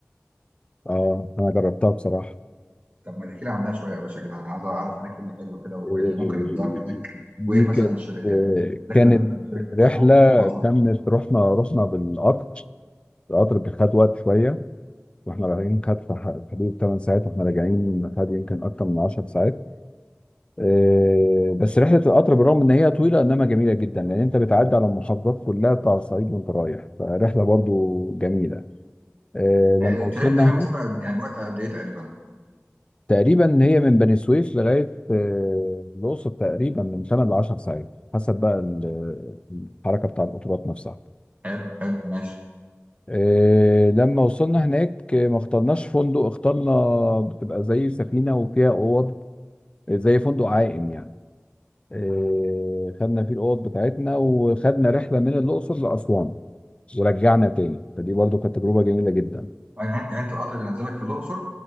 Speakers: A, on the left; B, on the right.
A: اه انا جربتها بصراحه
B: طب ما تحكي لي عنها شويه يا باشا كده انا عاوز اعرف هناك ايه اللي حلو كده وايه
A: آه،
B: اللي ممكن يتزار هناك
A: دي
B: وايه مثلا
A: كانت
B: الشركه
A: آه،
B: يعني إيه الرحله
A: كانت
B: اللي ممكن الشركه
A: رحله
B: تطلعها واطلع
A: تمت
B: منها.
A: رحنا رحنا بالقطر القطر كان خد وقت شويه واحنا راجعين خد في ح- في حدود 8 ساعات واحنا راجعين خد يمكن اكتر من 10 ساعات آه، بس رحله القطر بالرغم ان هي طويله انما جميله جدا لان انت بتعدي على المحافظات كلها بتاع الصعيد وانت رايح فرحله برضو جميله آه،
B: آه،
A: لما وصلنا
B: تقريبا تقريبا
A: هناك
B: مسافه قد- يعني وقت قد ايه تقريبا
A: تقريبا هي من بني سويف لغايه آه، الاقصر تقريبا من 8 ل 10 ساعات حسب بقى ال- الحركه بتاع القطارات نفسها
B: حلو حلو ماشي
A: آه، لما وصلنا هناك آه، ما اخترناش فندق اخترنا بتبقى زي سفينة وفيها أوض آه، زي فندق عائم يعني آه، خدنا فيه الأوض بتاعتنا وخدنا رحلة من الأقصر لأسوان ورجعنا تاني فدي برضو كانت تجربة جميلة جدا
B: يعني يعني انت القطر بينزلك في الاقصر